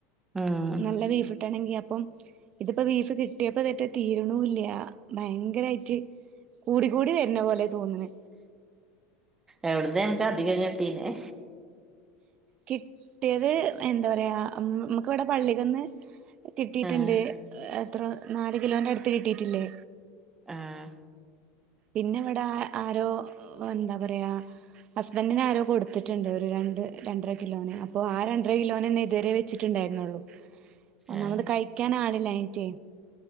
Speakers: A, on the right; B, on the right.
A: ആഹ്
B: നല്ല ബിഫ് കിട്ടണെങ്കി അപ്പം ഇതിപ്പോ ബീഫ് കിട്ടിയപ്പോ ഇതറ്റെ തീര്ണുല്ല ഭയങ്കരായിട്ട് കൂടി കൂടി വരുന്ന പോലെ തോന്ന്ണെ
A: എവിടന്നെ അന്ക്ക് അധികം കിട്ടീനെ
B: കിട്ടിയത് എന്താ പറയാ നമ്മുക്ക് ഇവിടെ പള്ളിക്കന്ന് കിട്ടിയിട്ടുണ്ട്
A: ആഹ്
B: എത്രോ നാല് കിലോന്റെ അടുത്ത് കിട്ടിയിട്ടില്ലേ
A: ആഹ്
B: പിന്നെ ഇവിടെ ആരോ എന്താ പറയാ ഹസ്ബന്റിന് ആരോ കൊടുത്തിട്ടുണ്ട് ഒരു രണ്ട് രണ്ടര കിലോന് അപ്പൊ ആ രണ്ടര കിലോനന്നെ ഇതുവരെ വെച്ചിട്ട് ണ്ടായിരുന്നുള്ളു ഒന്നാമത്
A: ആഹ്
B: കഴിക്കൻ ആളില്ലാഞിറ്റേ